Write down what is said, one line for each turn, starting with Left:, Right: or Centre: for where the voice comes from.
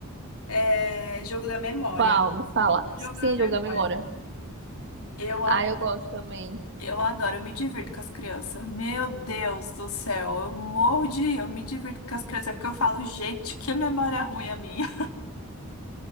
Left: É jogo da memória.
Right: Qual? Me fala.
Left: Jogo
Right: Sim,
Left: da memória.
Right: jogo da memória.
Left: Eu, a-
Right: Ah, eu gosto também.
Left: eu adoro, eu me divirto com as crianças. Meu Deus do céu, eu morro de rir, eu me divirto com as crianças, é porque eu falo, gente, que memória ruim a minha.